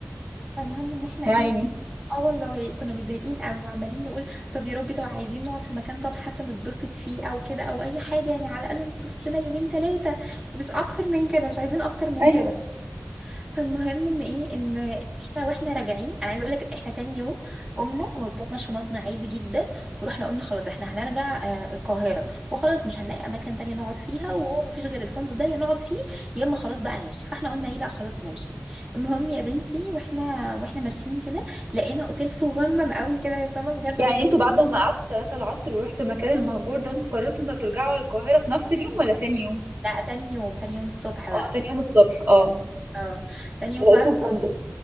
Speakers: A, on the right (about 25°); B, on the right (about 70°).
A: فالمهم ان احنا
B: يا
A: ايه
B: عيني
A: اه والله كنا متضايقين قوي وعمالين نقول طب يا ربي طب عايزين نقعد في مكان طب حتى نتبسط فيه او كده او اي حاجه يعني على الاقل نتبسط لنا يومين ثلاثه مش اكتر من كده مش عايزين اكتر من
B: ايوه
A: كده فالمهم ان ايه ان احنا واحنا راجعين انا عايزه اقول لك احنا تاني يوم قمنا وضفنا شنطنا عادي جدا ورحنا قلنا خلاص احنا هنرجع آه، القاهره وخلاص مش هنلاقي اماكن تانية نقعد فيها وهو مفيش غير الفندق ده يا نقعد فيه يا اما خلاص بقى نمشي فاحنا قلنا ايه لا خلاص نمشي المهم يا بنتي واحنا واحنا ماشيين كده لقينا اوتيل صغنن قوي كده يا سما بجد
B: يعني
A: هو
B: انتوا بعد ما قعدتوا 3 العصر ورحتوا المكان المهجور ده انتوا قررتوا انتوا هترجعوا القاهرة في نفس اليوم ولا تاني يوم؟
A: لا تاني يوم تاني يوم الصبح بقى
B: اه تاني يوم الصبح اه
A: اه تاني يوم
B: لقيته
A: بقى الصبح
B: فندق